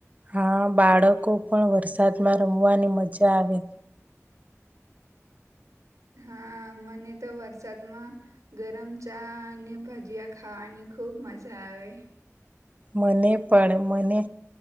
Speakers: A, on the right; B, on the right.
A: હા બાળકો પણ વરસાદમાં રમવાની મજા આવે
B: હા મને તો વરસાદમાં ગરમ ચા અને ભજીયા ખાવાની ખુબ મજા આવે
A: મને પણ મને